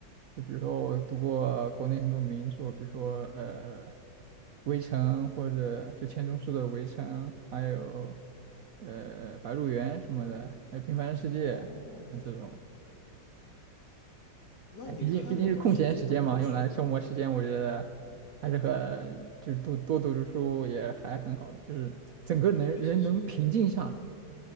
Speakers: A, on the right; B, on the left.
A: 就比如说我读过国内很多名著，比如说呃《围城》或者就钱钟书的《围城》，还有呃《白鹿原》什么的，还有《平凡的世界》
B: 哦，
A: 呃这种。
B: 那你看的都是非常文学，
A: 哎，毕竟毕竟是空闲时间嘛，用来消磨时间，我觉得还是和就是多多读读书也还很好，就是整个能人能平静下来。
B: 确实是。